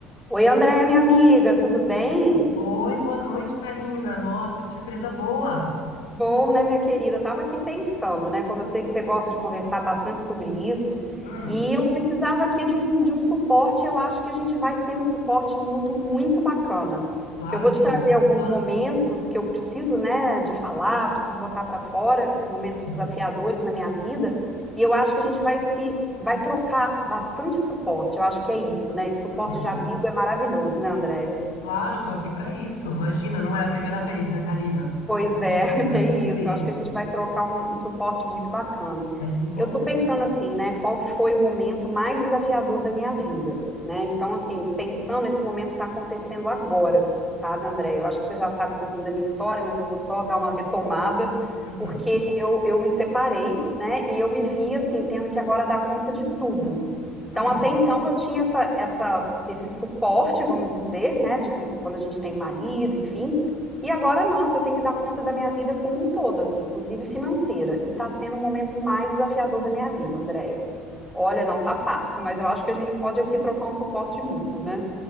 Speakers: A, in the centre; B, on the left (about 75°).
A: Oi, Andréia, minha amiga, tudo bem?
B: Oi, boa noite, Karina. Nossa, que surpresa boa.
A: Bom, né, minha querida? Eu tava aqui pensando, né? Como eu sei que você gosta de conversar bastante sobre isso,
B: Hum,
A: e eu precisava aqui de um, de um suporte. Eu acho que a gente vai ter um suporte mútuo muito bacana.
B: claro,
A: Porque eu vou
B: querida,
A: te trazer
B: vamos
A: alguns
B: lá.
A: momentos que eu preciso, né, de falar, preciso botar para fora, momentos desafiadores
B: Uhum,
A: na minha vida, e eu acho que a gente vai se vai trocar bastante suporte. Eu acho que é isso, né? Esse suporte
B: uhum.
A: de amigo é maravilhoso, né, Andréia?
B: Claro, tô aqui para isso. Imagina, não é a primeira vez, né, Karina?
A: Pois
B: A
A: é,
B: gente conversa
A: <laughs> tem
B: sobre
A: isso.
B: isso.
A: Eu acho que a gente vai trocar um, um suporte muito bacana.
B: Mas me conta
A: Eu estou pensando
B: então.
A: assim, né? Qual que foi o momento mais desafiador da minha vida, né? Então, assim, pensando, esse momento está acontecendo agora, sabe, André? Eu acho que você já sabe um pouquinho da minha história, mas eu vou só dar uma retomada,
B: Uhum.
A: porque eu, eu me separei, né? E eu me vi, assim, tendo que agora dar conta de tudo.
B: Hum,
A: Então, até então, eu tinha essa, essa, esse suporte, vamos dizer, né? De, quando a gente tem um marido, enfim. E agora, nossa, eu tenho que dar conta da minha vida como um todo, assim, inclusive financeira. E tá sendo o momento mais desafiador da minha vida, Andréia. Olha, não tá fácil, mas eu acho que a gente pode aqui trocar um suporte mútuo, né?